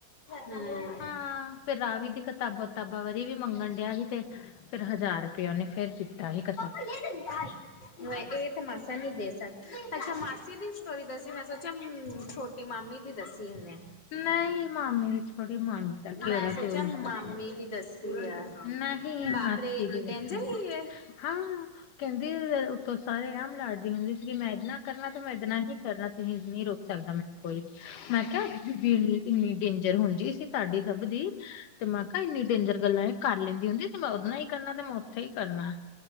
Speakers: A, on the left; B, on the left.
A: ਹੂੰ।
B: ਹਾਂ! ਫੇਰ ਰਾਵੀ ਦੀ ਕਿਤਾਬਾਂ-ਤਾਬਾਂ ਵਾਰੀ ਵੀ ਮੰਗਣ ਡਿਆ ਸੀ ਤੇ ਫੇਰ ਹਜ਼ਾਰ ਰੁਪਇਆ ਓਨੇ ਫੇਰ ਦਿੱਤਾ ਸੀ। ਕ
A: ਮ <unintelligible> ਇਹ ਤਾਂ ਮਾਸਾ ਨੀ ਦੇਸ ਅੱਛਾ ਮਾਸੀ ਦੀ ਸਟੋਰੀ ਦੱਸੀ ਮੈਂ ਸੋਚਿਆ ਛੋਟੀ ਮਾਮੀ ਦੀ ਦੱਸੀ ਉਹਨੇ
B: ਨਹੀਂ ਮਾਮੀ ਦੀ ਥੋੜੀ ਮਾਮੀ ਦਾ ਘਿਓ
A: ਮੈਂ
B: ਦਾ
A: ਸੋਚਿਆ
B: ਤੇਲ
A: ਮਾਮੀ ਦੀ ਦੱਸੀ ਆ
B: ਨਹੀਂ ਮਾਸੀ
A: ਬਾਪ ਰੇ ਇੰਨੀ
B: ਦੀ ਦੱਸਣ
A: ਡੇਂਜਰ ਹੀ ਹੈ।
B: ਹਾਂ ਕਹਿੰਦੀ ਤ ਸਾਰੇ ਆਮ ਲਾੜਦੀ ਹੁੰਦੀ ਸੀਗੀ ਮੈਂ ਇੱਦਨਾ ਕਰਨਾ ਤੇ ਮੈਂ ਇੱਦਨਾ ਹੀ ਕਰਨਾ ਤੁਸੀਂ ਨਹੀਂ ਰੋਕ ਸਕਦਾ ਮੈਂ ਕੋਈ ਮੈਂ ਕਿਹਾ <unintelligible> ਡੇਂਜਰ ਹੁੰਦੀ ਸੀ ਤੁਹਾਡੀ ਸਭ ਦੀ ਤੇ ਮੈਂ ਕਿਹਾ ਇੰਨੀ ਡੇਂਜਰ ਗੱਲਾਂ ਇਹ ਕਰ ਲੈਂਦੀ ਹੁੰਦੀ ਤੇ ਮੈਂ ਉਹਦੇ ਨਾਲ ਕਰਨਾ ਤੇ ਮੈਂ ਉੱਥੇ ਹੀ ਕਰਨਾ